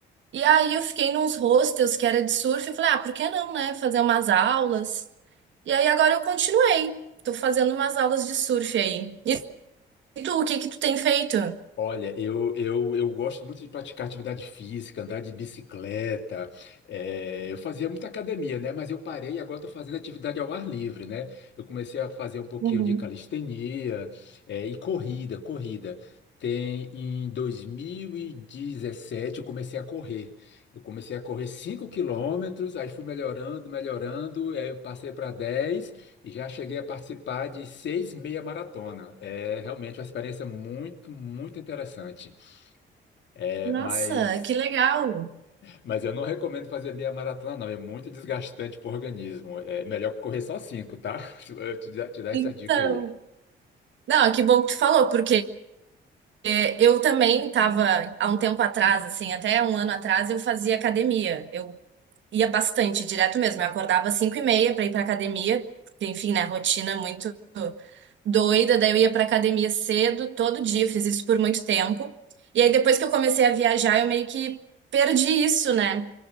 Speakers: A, on the right; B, on the left.
A: E aí eu fiquei nos hostels que era de surf e falei, ah, por que não, né, fazer umas aulas? E aí agora eu continuei, tô fazendo umas aulas de surf aí. E tu, o que que tu tem feito?
B: Olha, eu, eu, eu gosto muito de praticar atividade física, andar de bicicleta. eh, eu fazia muita academia, né? Mas eu parei e agora estou fazendo atividade ao ar livre, né? Eu comecei a fazer um pouquinho
A: Uhum.
B: de calistenia, eh, e corrida, corrida. Tem em 2017 eu comecei a correr. Eu comecei a correr 5 quilômetros, aí fui melhorando, melhorando, aí eu passei para 10. E Já cheguei a participar de seis meia maratona. É realmente uma experiência muito, muito interessante. É,
A: Nossa,
B: mas,
A: que legal!
B: mas eu não recomendo fazer meia maratona, não. É muito desgastante para o organismo. É melhor correr só cinco, tá? <laughs> Eu te, dar- te dar
A: Então,
B: essa dica aí.
A: não, que bom que tu falou, porque é, eu também estava há um tempo atrás, assim, até um ano atrás, eu fazia academia. Eu ia bastante, direto mesmo. Eu acordava às 5h30 para ir para academia, porque, enfim, né, rotina muito doida. Daí eu ia para academia cedo, todo dia, fiz isso por muito tempo. E aí depois que eu comecei a viajar, eu meio que perdi isso, né?